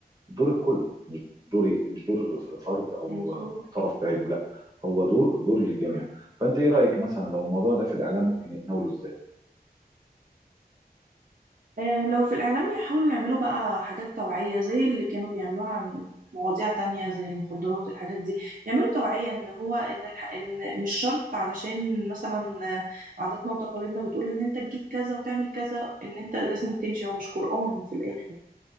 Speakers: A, on the right; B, on the right.
A: دور الكل مش دور مش دور فرد او
B: مظبوط
A: طرف بعينه لا هو دور دور للجميع فانت ايه رايك مثلا لو الموضوع ده في الاعلام ممكن يتناوله ازاي
B: آه، لو في الإعلام يحاولوا يعملوا بقى حاجات توعية زي اللي كانوا بيعملوها عن مواضيع تانية زي المخدرات الحاجات دي يعملوا توعية إن هو إن, الح... إن مش شرط علشان مثلا آه، عاداتنا وتقاليدنا بتقول إن أنت تجيب كذا وتعمل كذا إن أنت لازم تمشي هو مش قرآن في الآخر